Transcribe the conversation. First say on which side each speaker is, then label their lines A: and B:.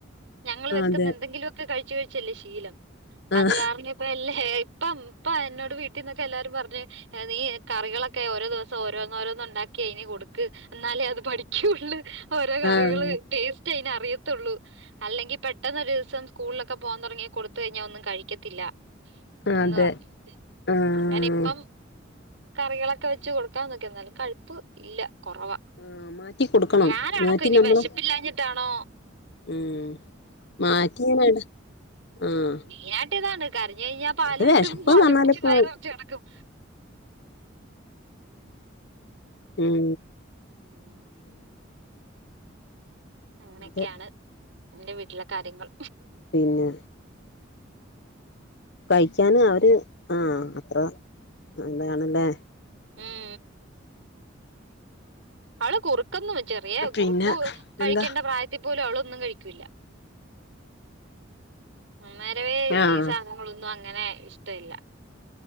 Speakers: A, on the right; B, on the left.
A: ഞങ്ങൾ വെക്കുന്ന
B: അതെ
A: എന്തെങ്കിലൊക്കെ കഴിച്ചു കഴിച്ചല്ലേ ശീലം. അത്
B: ആഹ്
A: കാരണം ഇപ്പ എല്ലേ ഏ ഇപ്പം ഇപ്പം എന്നോട് വീട്ടിന്നൊക്കെ എല്ലാരും പറഞ് നീ കറികളൊക്കെ ഓരോ ദിവസം ഓരോന്നോരോ ന്ന് ഒണ്ടാക്കി അതിന് കൊടുക്ക് എന്നാലേ അത് പഠിക്കുള്ളു ഓരോ കറികള്
B: ആഹ്
A: ടേസ്റ്റ് അയ്നറിയ ത്തുള്ളൂ അല്ലെങ്കിൽ പെട്ടെന്നൊരു ദിവസം സ്കൂളിലൊക്കെ പോകാൻ തൊടങ്ങിയ കൊടുത്ത് കഴിഞ്ഞാ ഒന്നും കഴിക്കത്തില്ല.
B: അതെ
A: ന്ന് പറഞ്ഞു
B: ആഹ്
A: അങ്ങനെ ഇപ്പം കറികളൊക്കെ വെച്ച് കൊടുക്കാന്നോക്കി എന്നാലും കഴിപ്പ് ഇല്ല. കുറവാ
B: <unintelligible>
A: ഞാൻ അടക്കം
B: മാറ്റി
A: ഇനി
B: നമ്മള്
A: വെശപ്പില്ലാഞ്ഞിട്ടാണോ
B: ഉം <unintelligible> ആഹ്
A: മെയിനായിട്ട് താണ് കരഞ്ഞ് കഴിഞ്ഞാൽ പാല്
B: അത്
A: കിട്ടും
B: വിശപ്പ്ന്ന്
A: പാല്‌
B: പറഞ്ഞാലിപ്പോ
A: കുടിച്ച് വയറ് നിറച്ച് കെടക്കും.
B: ഉം
A: ഉം അങ്ങനെയൊക്കെയാണ്
B: അതെ
A: എന്റെ വീട്ടിലെ കാര്യങ്ങൾ
B: പിന്നെ കഴിക്കാന് അവര് ആ അത്ര നല്ലതാണല്ലേ
A: ഉം അവള് കുറുക്കൊന്നും ചെറിയ കുറുക്കു
B: പിന്നെ
A: കഴിക്കേണ്ട
B: എന്താ
A: പ്രായത്തിൽ പോലും അവളൊന്നും കഴിക്കൂല്ല. അന്നേരവേ
B: ആഹ്
A: ഈ സാധനങ്ങളൊന്നും അങ്ങനെ ഇഷ്ട വില്ല.